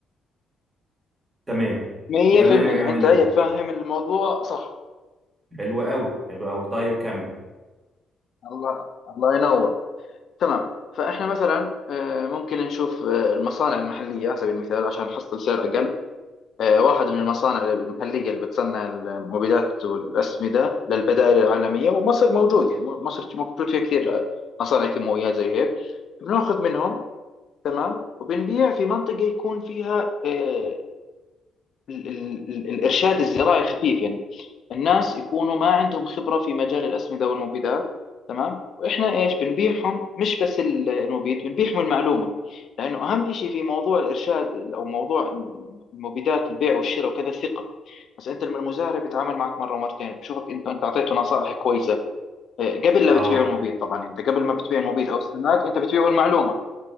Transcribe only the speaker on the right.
تمام
انا يعني
لحظة.
حلو قوي حلو قوي طيب كمل
اه